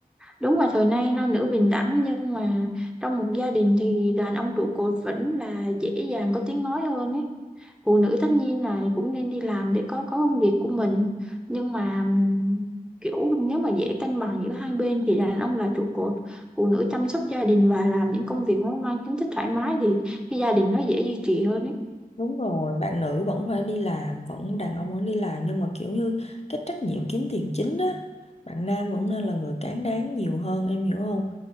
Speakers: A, in the centre; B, on the left.
A: đúng là thời nay nam nữ bình đẳng nhưng mà trong một gia đình thì đàn ông trụ cột vẫn là dễ dàng có tiếng nói hơn ấy phụ nữ tất nhiên là cũng nên đi làm để có có công việc của mình nhưng mà ừm, kiểu nếu mà dễ cân bằng giữa hai bên thì đàn ông là trụ cột phụ nữ chăm sóc gia đình và làm những công việc nó mang tính chất thoải mái thì cái gia đình nó dễ duy trì hơn ấy
B: Đúng rồi, bạn nữ vẫn phải đi làm, vẫn đàn ông vẫn đi làm nhưng mà kiểu như cái trách nhiệm kiếm tiền chính á, bạn nam vẫn nên là người cán đáng nhiều hơn em hiểu không?